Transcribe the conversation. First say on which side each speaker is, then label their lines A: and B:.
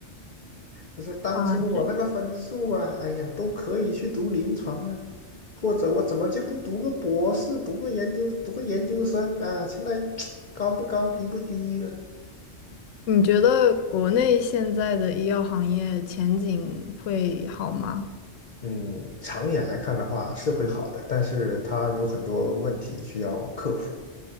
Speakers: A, on the left; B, on the left.
A: 他说：“当初我那个分数啊，
B: 啊，这
A: 哎呀，都可以去读临床啊，或者我怎么就不读个博士，读个研究，读个研究生啊？现在 <tsk> 高不高，低不低呢？
B: 你觉得国内现在的医药行业前景会好吗？
A: 嗯，长远来看的话是会好的，但是他有很多问题需要克服。